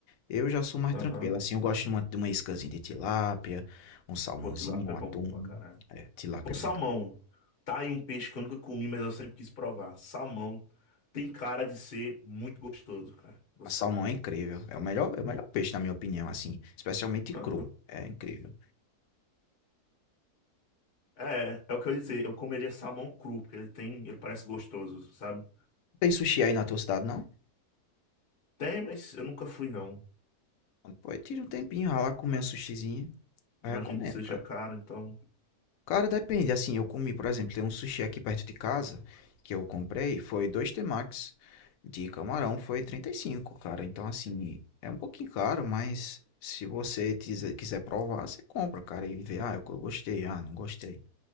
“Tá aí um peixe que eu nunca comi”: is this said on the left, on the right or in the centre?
Left